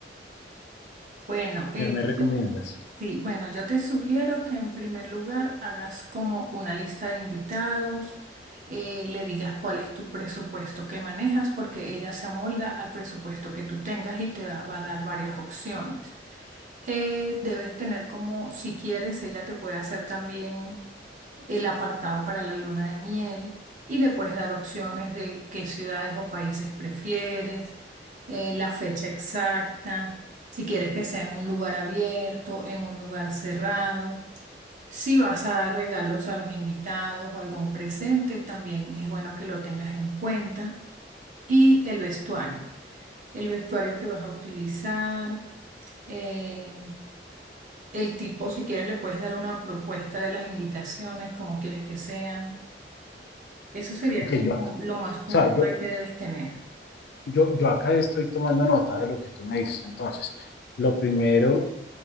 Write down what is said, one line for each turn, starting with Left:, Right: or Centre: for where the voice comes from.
Right: Bueno, eh,
Left: ¿Qué me
Right: yo
Left: recomiendas?
Right: te Sí, bueno, yo te sugiero que en primer lugar hagas como una lista de invitados, eh, le digas cuál es tu presupuesto que manejas, porque ella se amolda al presupuesto que tú tengas y te da- va a dar varias opciones. Eh, debes tener como, si quieres, ella te puede hacer también el apartado para la luna de miel y le puedes dar opciones de qué ciudades o países prefieres, eh, la fecha exacta, si quieres que sea en un lugar abierto, en un lugar cerrado. Si vas a dar regalos a los invitados o algún presente, también es bueno que lo tengas en cuenta. Y el vestuario, el vestuario que vas a utilizar. Eh, el tipo, si quieres, le puedes dar una propuesta de las invitaciones, como quieres que sean. Eso sería
Left: Ok,
Right: como
Left: yo acá, o
Right: lo más puntual
Left: sea, yo,
Right: que debes tener.
Left: yo, yo acá estoy tomando nota de lo que tú me dices. Entonces, lo primero